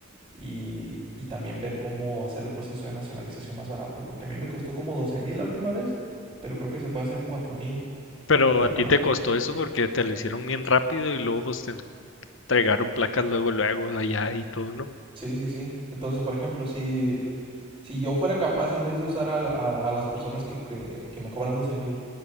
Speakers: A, on the right; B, on the left.
A: y, y también ver cómo hacer el proceso de nacionalización más barato, porque a mí me costó como doce mil la última vez, pero creo que se puede hacer en cuatro mil
B: pero
A: y ya
B: a ti
A: nada.
B: te costó eso porque te lo hicieron bien rápido y luego pues te entregaron placas luego, luego allá y todo, ¿no?
A: Sí, sí, sí. Entonces, por ejemplo, si, si yo fuera capaz, en vez de usar a, a- a las personas que, que- que me cobran doce mil,